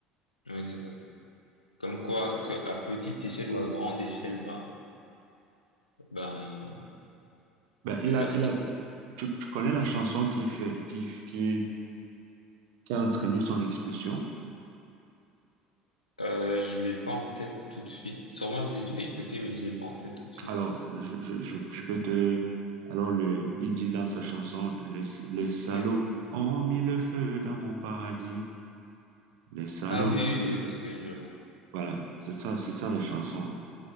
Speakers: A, on the left; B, on the right.
A: Oui, c'est ça. Comme quoi, que à petite échelle ou à grande échelle, ben ben
B: Ben, il
A: les
B: a,
A: artistes.
B: il a, tu, tu connais la
A: hmm.
B: chanson qui fait, qui, qui, qui a entraîné son expulsion?
A: Euh, je l'ai pas en tête tout de suite. Sûrement je l'ai déjà écouté, mais je l'ai pas en tête tout de suite.
B: Alors, je, je, je, je peux te... Alors, le, il dit dans sa chanson, les, les salauds
A: Oui.
B: ont mis le feu dans mon paradis. Les salauds.
A: Ah oui, oui, ok, oui, je vois.
B: Voilà, c'est ça, c'est ça la chanson.